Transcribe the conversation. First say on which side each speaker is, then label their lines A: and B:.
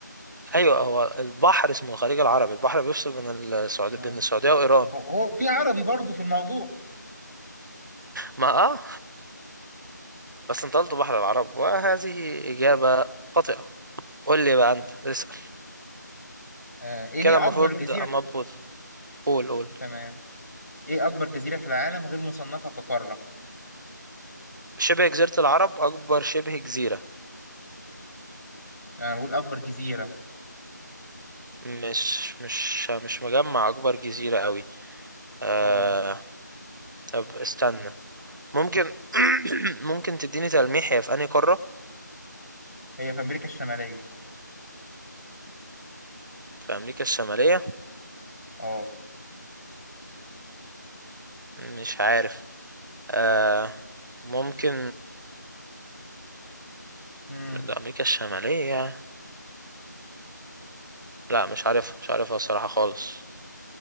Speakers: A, on the right; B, on the left.
A: ايوه هو البحر اسمه الخليج العربي البحر بيفصل بين السعوديه
B: آه.
A: بين السعوديه وايران
B: هو هو في عربي برضو في الموضوع
A: ما اه بس انت قلت بحر العرب وهذه اجابه خاطئه قول لي بقى انت
B: آه.
A: اسال
B: آه. ايه
A: كده
B: هي أكبر
A: المفروض
B: جزيرة
A: اما
B: في...
A: أبوظ- قول قول
B: تمام ايه اكبر جزيرة في العالم غير مصنفة كقارة
A: شبه جزيره العرب اكبر شبه جزيره
B: انا بقول اكبر جزيرة
A: مش مش مش مجمع اكبر جزيره قوي آه
B: اه
A: طب استنى ممكن <coughs> <clears throat> ممكن تديني تلميح هي في انهي قاره
B: هي في امريكا الشمالية
A: في امريكا الشماليه
B: اه
A: مش عارف آه ممكن
B: امم
A: من امريكا الشماليه لا مش عارف مش عارفها الصراحه خالص